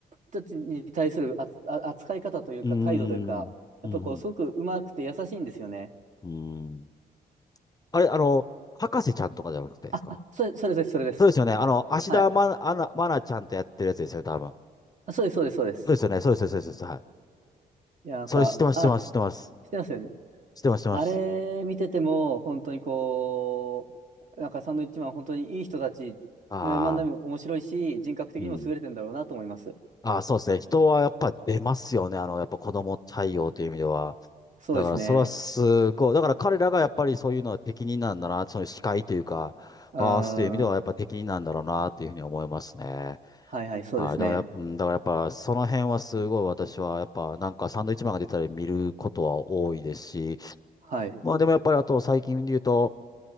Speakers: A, on the right; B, on the left.
A: たちに対するあつあ扱い方というか態度というか、
B: うーん、
A: やっぱこうすごくうまくて優しいんですよね。
B: うん、うん。うーんあれ、あの、博士ちゃんとかじゃなくてですか
A: あ、あ、それ、それです、それです。
B: そうですよね。あの、芦田愛菜、
A: はい。
B: 愛菜愛菜ちゃんとやってるやつですよ、多分。
A: あ、そうです、そうです、そうです。
B: そうですよね。そうです、そうです、そうです。はい。
A: いや、なんか、
B: それ知ってます、
A: あ、
B: 知ってます、知ってます。
A: してますよね。
B: 知ってます、知ってます。
A: あれ見てても、本当にこう、なんかサンドウィッチマン、本当にいい人たち、
B: ああ、
A: ね、漫才も面白いし、人格的にも優れてんだろうなと思います。
B: うん。ああ、そうですね。人はやっぱ出ますよね。あの、やっぱ子供対応という意味では。
A: そうですね。
B: だから、それはすごい。だから彼らがやっぱりそういうのは適任なんだな。その司会というか、
A: うーん。
B: 回すという意味ではやっぱ適任なんだろうな、というふうに思いますね。
A: はいはい、そうですね。
B: はい、だから、うん、だからやっぱ、その辺はすごい私は、やっぱ、なんかサンドイッチマンが出たり見ることは多いですし、
A: はい。
B: まあでもやっぱりあと最近で言うと、